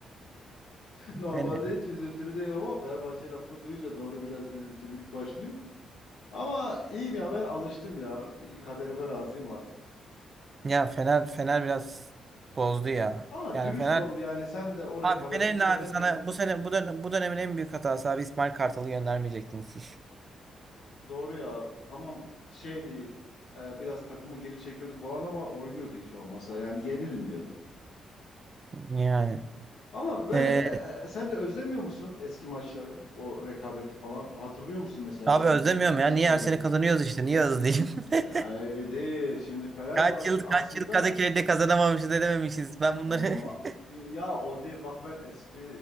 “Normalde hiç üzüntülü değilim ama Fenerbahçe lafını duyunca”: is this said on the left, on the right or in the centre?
Left